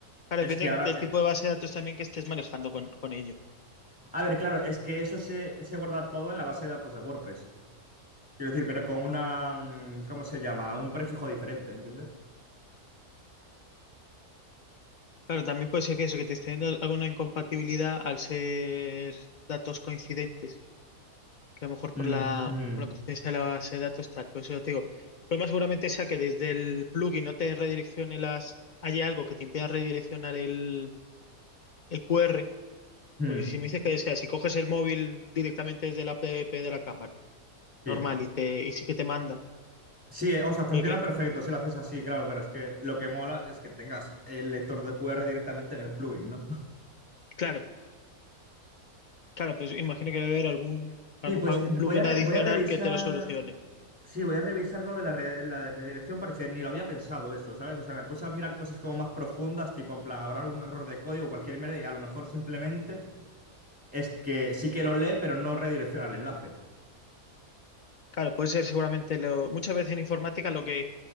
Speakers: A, on the left; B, in the centre.
A: claro,
B: Es
A: depende
B: que ahora...
A: del
B: eh,
A: tipo de base de datos también que estés manejando con, con ello.
B: A ver, claro, es que eso se, se guarda todo en la base de datos de WordPress. Quiero decir, pero con una, mm, ¿cómo se llama? Un prefijo diferente, ¿entiendes?
A: Claro, también puede ser que eso, que te esté dando alguna incompatibilidad al ser datos coincidentes, que a lo mejor por
B: Mm,
A: la,
B: mm,
A: por la coincidencia de la base de datos tal. Por eso ya te digo, el problema seguramente sea que desde el plugin no te redireccione las, haya algo que te impida redireccionar el, el QR,
B: mm,
A: porque si me dices que, o sea, si coges el móvil directamente desde la app de la cámara,
B: sí.
A: normal, y te, y sí que te manda,
B: Sí, eh, o sea, funciona
A: puede que,
B: perfecto si lo haces así, claro, pero es que lo que mola es que tengas el lector de QR directamente en el plugin, ¿no?
A: claro, claro, pues imagino que debe haber algún,
B: Sí,
A: a lo
B: pues
A: mejor algún plugin
B: voy a, re-
A: adicional
B: voy a revisar.
A: que te lo solucione.
B: Sí, voy a revisar lo de la, re- la de redirección porque ni lo había pensado eso, ¿sabes? O sea, me puse a mirar cosas como más profundas, tipo en plan, habrá algún error de código o cualquier mierda, y a lo mejor simplemente Es que sí que lo lee, pero no redirecciona el enlace.
A: Claro, puede ser seguramente lo, muchas veces en informática lo que